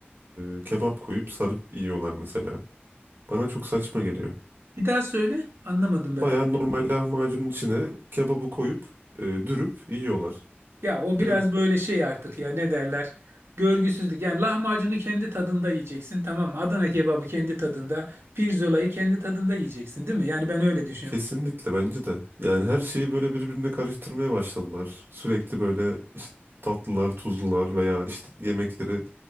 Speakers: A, on the right; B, on the right.
A: e, kebap koyup sarıp yiyorlar mesela. Bana çok saçma geliyor.
B: Bir daha söyle. Anlamadım ben
A: Baya
B: onu.
A: normal lahmacunun içine kebabı koyup e, dürüp yiyorlar.
B: Ya o
A: Böyle
B: biraz böyle şey artık ya ne derler? Görgüsüzlük. Yani lahmacunu kendi tadında yiyeceksin tamam mı? Adana kebabı kendi tadında, pirzolayı kendi tadında yiyeceksin değil mi? Yani ben öyle düşünüyorum.
A: kesinlikle bence de. Yani her şeyi böyle birbirine karıştırmaya başladılar. Sürekli böyle işte tatlılar, tuzlular veya işte yemekleri